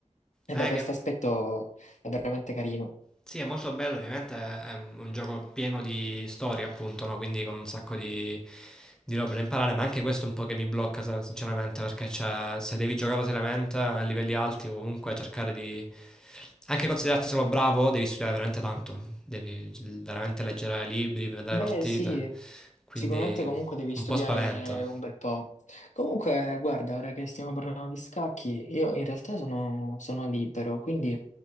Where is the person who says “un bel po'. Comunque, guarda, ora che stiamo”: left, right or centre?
Left